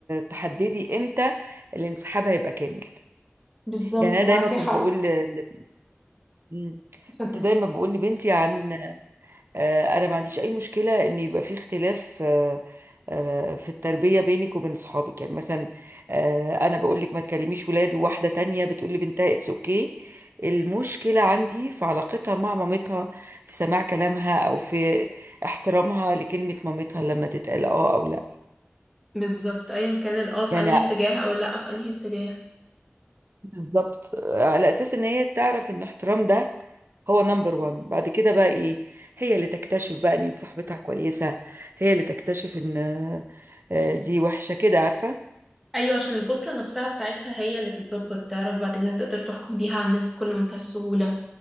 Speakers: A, on the right (about 55°); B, in the centre.
A: تحددي امتى الانسحاب هيبقى كامل
B: بالظبط
A: يعني انا
B: معاكي
A: دايما كنت
B: حق
A: بقول ل... ل- مم.
B: اتفضلي
A: كنت دايما بقول لبنتي عن آه، انا ما عنديش اي مشكله ان يبقى في اختلاف آه، آه، في التربيه بينك وبين صحابك يعني مثلا آه، انا بقول لك ما تكلميش ولاد وواحده تانية بتقول لي بنتها اتس اوكي المشكله عندي في علاقتها مع مامتها في سماع كلامها او في احترامها لكلمه مامتها لما تتقال اه او لا
B: بالظبط ايا كان الاه في
A: يعني
B: انهي اتجاه او اللا في انهي اتجاه
A: بالظبط على اساس ان هي تعرف ان احترام ده هو نمبر وان بعد كده بقى ايه هي اللي تكتشف بقى ان دي صاحبتها كويسة هي اللي تكتشف ان آه، دي وحشة كده عارفة
B: ايوه عشان البوصله نفسها بتاعتها هي اللي تتظبط تعرف بعد كده تقدر تحكم بيها على الناس بكل منتهى السهوله